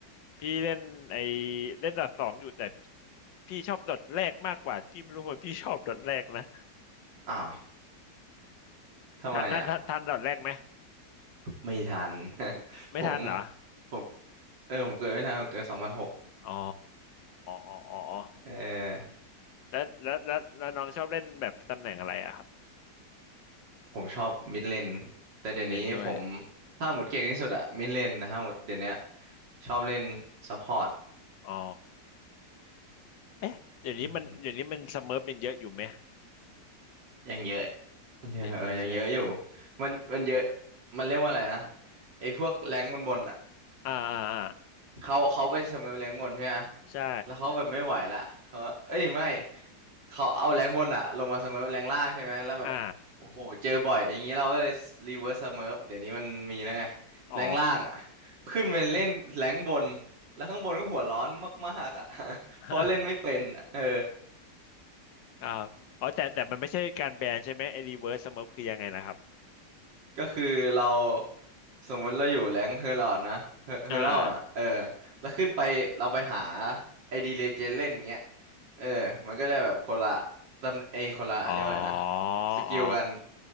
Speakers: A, on the left; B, on the right.
A: พี่เล่นไอเล่นดอทสองอยู่แต่พี่ชอบดอทแรกมากกว่าพี่ไม่รู้ว่าพี่ชอบดอทแรกนะ
B: อ้าว <laughs> ทำไมอ่ะ
A: ทันทันทันทันดอทแรกไหม
B: ไม่ทัน <laughs>
A: ไม่ทันเหรอ
B: ผมผมเออผมเกิดไม่ทันผมเกิดสองพันหก
A: อ๋ออ๋ออ๋ออ๋ออ๋อ
B: เออ
A: แล้วแล้วแล้วแล้วน้องชอบเล่นแบบตำแหน่งอะไรอะครับ
B: ผมชอบมิดเลนแต่เดี๋ยวนี้ผม
A: มิดเลนด้วย
B: ถ้าหมดเก่งที่สุดอะมิดเลนนะครับหมดเดี๋ยวเนี้ยชอบเล่นซัพพอร์ต
A: อ๋อเอ๊ะเดี๋ยวนี้มันเดี๋ยวนี้มันสเมิร์ฟยังเยอะอยู่ไหม
B: อืมยังเยอะเยอะเออยังเยอะอยู่
A: เยอะอยู่ใช่ไหม
B: มันมันเยอะมันเรียกว่าอะไรนะไอ้พวกแรงบนๆ
A: อ่าอ่าอ่า
B: เขาเขาไปเสมอแรงบนใช่ไหม
A: ใช่
B: แล้วเขาแบบไม่ไหวละเขาเอ้ยไม่ เขาเอาแรงบนอะลงมาเสมอแรงล่างใช่ไหมแล้วแบบโอ้โหเจอบ่อยอย่างนี้เราก็เลยรีเวิร์สเสมอเดี๋ยวนี้มันมีแล้วไง
A: อ่าอ๋อ
B: แรงล่างอะขึ้นไปเล่นแรงบนแล้วข้างบนก็หัวร้อนมากๆอะ <laughs>
A: <laughs>
B: เพราะเล่นไม่เป็นอะเออ
A: อ่าอ๋อแต่แต่มันไม่ใช่การแบนใช่ไหมไอ้รีเวิร์สสโมคคือยังไงนะครับ
B: ก็คือเรา สมมุติเราอยู่แรงค์เฮอร์ลอดนะเฮอเฮอร์ลอดอ่ะเออ
A: อ่า
B: แล้วขึ้นไปเราไปหาไอดีเลเจนเล่นอย่างเงี้ยเออมันก็ได้แบบคนละตำเอยคนละเรียกว่าอะไรนะ
A: อ๋ออ๋อ
B: สกิลกัน